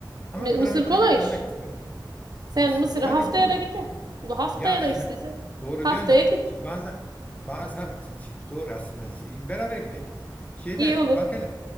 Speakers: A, on the left; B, on the right.
A: Ama
B: M-
A: piramitleri
B: Mısır kolay
A: görmek
B: iş.
A: isterim.
B: Sen
A: Mısır
B: Mısır'a
A: kolay
B: haftaya
A: da gidemedik
B: da gide.
A: işte.
B: Ula haftaya
A: Ya
B: da istesen.
A: <laughs> doğru
B: Haftaya
A: diyorsun da
B: git.
A: ki bazen bazen t- t- doğru aslında Ş- beraber gidelim. Şeyde
B: İyi olur.
A: bak hele